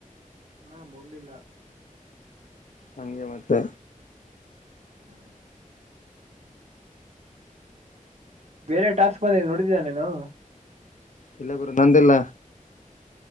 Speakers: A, on the right (about 55°); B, on the left (about 65°).
A: ನಾ ಮುೋಗಲಿಲ್ಲ
B: ಹಂಗೆ ಮತ್ತೆ
A: ಹ್ಮ ಬೇರೆ ಟಾಸ್ಕ್ ಬಂದಿದ್ದ ನೋಡಿದ್ದ ನೀನು
B: ಇಲ್ಲ ಗುರು ನಂದಿಲ್ಲ